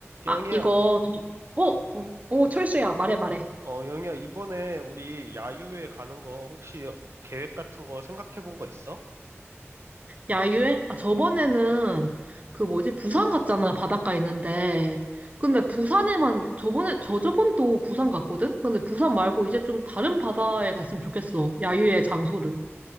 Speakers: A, on the right; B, on the right.
A: 영희야,
B: 아, 이거, 저, 어? 음, 어, 철수야, 말해, 말해.
A: 어, 영희야, 이번에 우리 야유회 가는 거 혹시 계획 같은 거 생각해 본 거 있어?
B: 야유회? 아, 저번에는 그 뭐지, 부산 갔잖아, 바닷가 있는데. 근데 부산에만, 저번에, 저저번도 부산 갔거든? 근데 부산 말고 이제 좀 다른 바다에 갔으면 좋겠어, 야유회 장소를.